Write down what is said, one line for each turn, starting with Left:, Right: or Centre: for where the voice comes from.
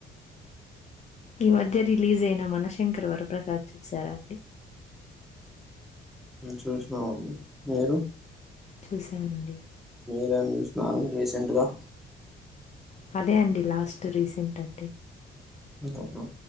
Left: ఈ మధ్య రిలీజ్ అయిన మనశంకర్ వరప్రసాద్ చూసారాండి
Centre: చూసినామండి మీరు
Left: చూస్ నానండి
Centre: మీరేం చూసినారు రీసెంట్గా
Left: అదే అండి లాస్ట్ రీసెంట్ అంటే
Centre: అవునా